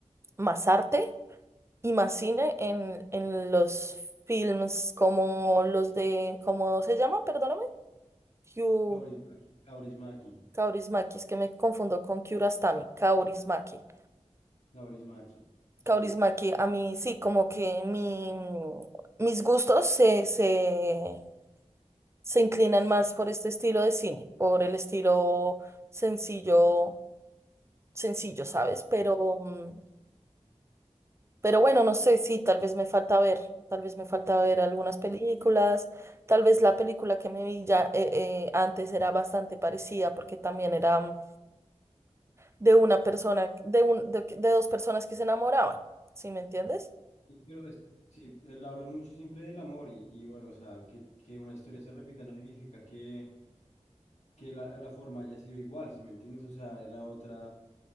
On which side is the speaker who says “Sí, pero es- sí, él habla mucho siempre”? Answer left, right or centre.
Left